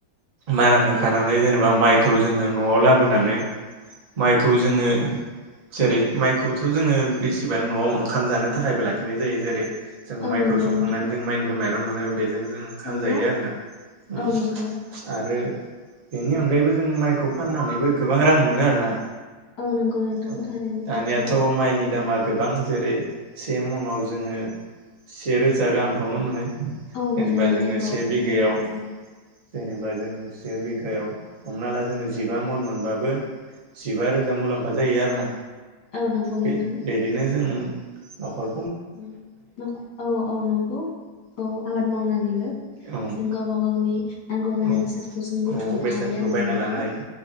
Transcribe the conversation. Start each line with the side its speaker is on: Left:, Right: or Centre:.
Right: मारान होखांनानै
Left: औ
Right: जेनेबा माइ। खौ जोङो न'आव लाबोनानै माइखौ जोङो जेरै-माइखौथ' जोङो बेसेबां न'आव ओंखाम जानो थाखायबो लाखिनाय जायो जेरै- जोङो
Left: औ
Right: माइखौ
Left: नंगौ
Right: सौखांनानै
Left: नोंथां
Right: जों माइनिफ्राय माइ रं मोनो बेजों जों ओंखाम
Left: नंगौ
Right: जायो आरोना। उम
Left: औ नंगौ
Right: आरो बेनि अनगायैबो जों माइखौ फाननानैबो गोबां रां मोनो आरोना।
Left: औ नंगौ नोंथां
Right: औ
Left: थारैनो
Right: दानियाथ'
Left: सैथो।
Right: माइनि दामा गोबां जेरै से मनाव जोङो से रोजा गाहामखौनो मोनो।
Left: औ
Right: जेनेबा
Left: मोनो मोनो
Right: जोङो से
Left: औ
Right: बिघायाव
Left: थारैनो सैथो।
Right: जेनेबा जों से बिगायाव हमना ला जोङो जिबा मन मोनबाबो जिबा रोजा मुलाम्फा जायो आरो ना।
Left: औ नंगौ
Right: बे
Left: नोंथां
Right: बिदिनो जों न'खर
Left: उम <unintelligible> औ औ नंगौ औ आबाद मावनानैबो
Right: औ
Left: जों गावबा गावनि नांगौ जानाय
Right: औ
Left: बेसादखौ जों बुथुमनो
Right: औ बेसादफोरखौ
Left: हायो आरो ना
Right: बायना
Left: नोंथां
Right: लानो हायो